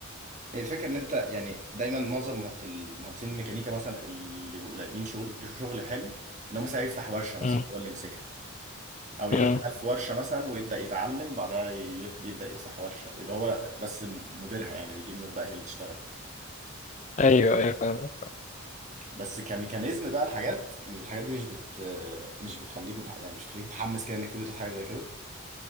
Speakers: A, on the right; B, on the left.
A: هي الفكره ان انت يعني دايما معظم المهندسين الميكانيكا مثلا اللي بيبقوا لاقيين شغل شغل حلو ان هو مثلا يفتح ورشه مثلا
B: مم.
A: هو اللي يمسكها او يبقى
B: مم.
A: شغال في ورشه مثلا ويبدا يتعلم بعدها يف- يبدا يفتح ورشه ويبقى هو بس مديرها يعني ويجيب ناس بقى هي اللي تشتغل
B: ايوه ايوه فاهم
A: بس كميكانيزم بقى الحاجات الحاجات دي مش بت مش بتخليك متح... يعني مش بتخليك متحمس كده انك تدرس حاجه زي كده